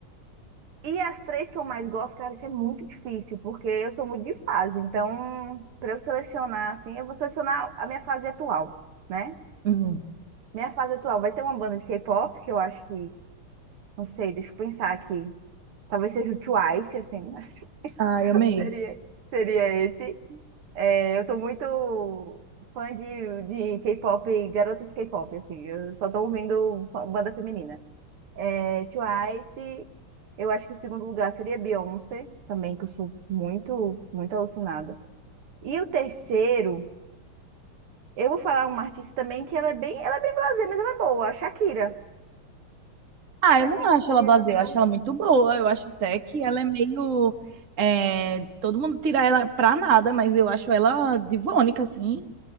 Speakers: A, on the right; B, on the right.
A: E as três que eu mais gosto, cara, isso é muito difícil, porque eu sou muito de fase. Então, pra eu selecionar assim, eu vou selecionar a minha fase atual, né?
B: Uhum.
A: Minha fase atual vai ter uma banda de K-pop, que eu acho que, não sei, deixa eu pensar aqui. Talvez seja o Twice, assim, <laughs> acho que
B: Ai, amei.
A: seria, seria esse. É, eu tô muito fã de, de K-pop, garotas K-pop, assim, eu só tô ouvindo fa- banda feminina. É, Twice, eu acho que o segundo lugar seria Beyoncé, também, que eu sou muito, muito alucinada. E o terceiro, eu vou falar uma artista também que ela é bem, ela é bem blasé, mas ela é boa, a Shakira.
B: Ah,
A: Shakira
B: eu não acho
A: estaria
B: ela blasé,
A: no meu.
B: eu acho ela muito boa. Eu acho até que ela é meio. é, todo mundo tira ela pra nada, mas eu acho ela divônica, assim,